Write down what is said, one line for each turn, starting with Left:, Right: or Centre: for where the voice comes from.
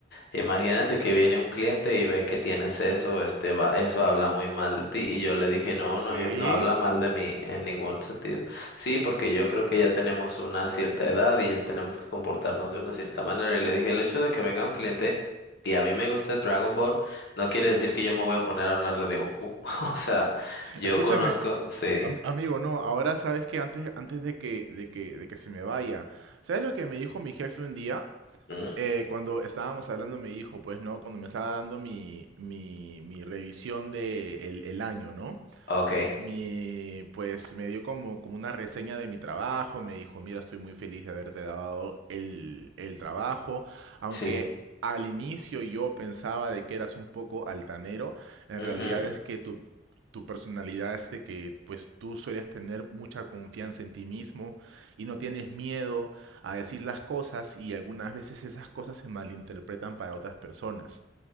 Left: Imagínate que viene un cliente y ve que tienes eso, este, va, eso habla muy mal de ti. Y yo le dije, no,
Right: ¿Qué?
Left: no, yo- no habla mal de mí en ningún sentido. Sí, porque yo creo que ya tenemos una cierta edad y ya tenemos que comportarnos de una cierta manera. Y le dije, el hecho de que venga un cliente y a mí me guste Dragon Ball, no quiere decir que yo me voy a poner a hablarle de Goku. <laughs> O sea, yo
Right: Escúchame,
Left: conozco, sí.
Right: am- amigo, no, ahora sabes que antes, antes de que, de que, de que se me vaya, ¿sabes lo que me dijo mi jefe un día?
Left: ¿Mm?
Right: Eh, cuando estábamos hablando me dijo, pues, ¿no? Cuando me estaba dando mi, mi, mi revisión de el, el año, ¿no?
Left: Ok,
Right: Y pues me dio como, como una reseña de mi trabajo, me dijo, mira, estoy muy feliz de haberte dado el, el trabajo, aunque
Left: sí.
Right: al inicio yo pensaba de que eras un poco altanero, en
Left: Ujú,
Right: realidad es que tu, tu personalidad es de que pues tú sueles tener mucha confianza en ti mismo y no tienes miedo a decir las cosas y algunas veces esas cosas se malinterpretan para otras personas.